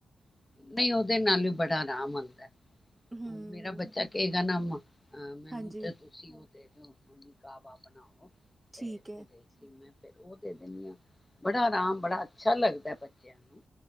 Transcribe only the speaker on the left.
ਹਾਂ ਨਹੀਂ ਉਹਦੇ ਨਾਲ ਵੀ ਬੜਾ ਆਰਾਮ ਆਉਂਦਾ ਹ
ਮੇਰਾ ਬੱਚਾ ਕਹੇਗਾ ਨਾ ਮਾਂ ਅ ਮੈਨੂੰ
ਤੇ ਤੁਸੀਂ ਉਹ ਦੇ ਮਮੀ ਕ ਆ ਬਾ ਬਣਾ ਹੋ ਤੇ
ਉ ਸੀ ਮੈਂ ਫਿਰ ਉਹ ਦੇ ਦਿੰਦੀ ਆ ਬੜਾ ਆਰਾਮ ਬੜਾ ਅੱਛਾ ਲੱਗਦਾ ਬੱਚਿਆਂ ਨੂੰ